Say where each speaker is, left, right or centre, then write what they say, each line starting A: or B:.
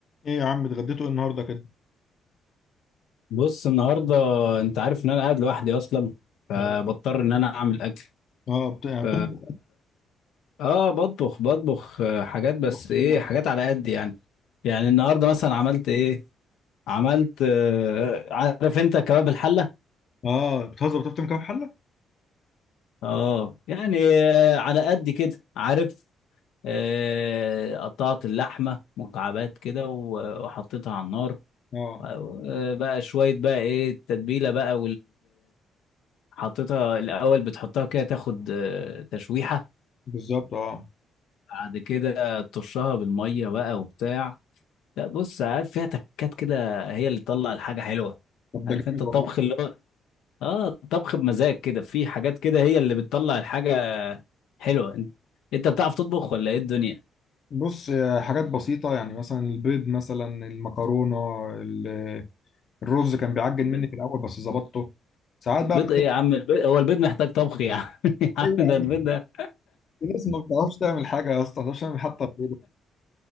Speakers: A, on the left; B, on the left.
A: ايه يا عم اتغديتوا ايه النهارده كده؟
B: بص النهارده انت عارف ان انا قاعد لوحدي اصلا فبضطر
A: اه إيه؟
B: ان انا اعمل اكل
A: اه بت... يعني
B: ف
A: بتطبخ
B: اه بطبخ بطبخ آه، حاجات
A: بتطبخ
B: بس
A: إيه
B: ايه
A: النهاردة؟
B: حاجات على قد يعني يعني النهارده
A: اه
B: مثلا عملت ايه عملت آه، عارف انت كباب الحله
A: اه بتهزر بتفطم كام حله؟
B: اه يعني آه، على قد كده عارف آه، قطعت اللحمه مكعبات كده و- وحطيتها على النار
A: اه
B: آه، بقى شويه بقى ايه التتبيله بقى حطيتها الاول بتحطها كده تاخد آه، تشويحه
A: بالظبط اه
B: بعد كده ترشها بالميه بقى وبتاع لا بص عارف فيها تكات كده هي اللي تطلع الحاجه حلوه
A: طب ده
B: عارف
A: جامد
B: انت الطبخ
A: والله
B: اللي هو اه الطبخ بمزاج كده في حاجات كده هي اللي بتطلع الحاجه حلوه انت انت بتعرف تطبخ ولا ايه الدنيا
A: بص آه، حاجات بسيطه يعني مثلا البيض مثلا المكرونه ال- الرز كان بيعجن مني
B: بيض
A: في الاول بس ظبطته ساعات بقى
B: بيض
A: بت...
B: ايه يا عم البيض هو البيض محتاج طبخ يا عم <laughs> يا عم
A: ايوه يا
B: ده
A: عم
B: البيض ده
A: في ناس ما بتعرفش تعمل حاجه يا اسطى ما بتعرفش تعمل حتى البيض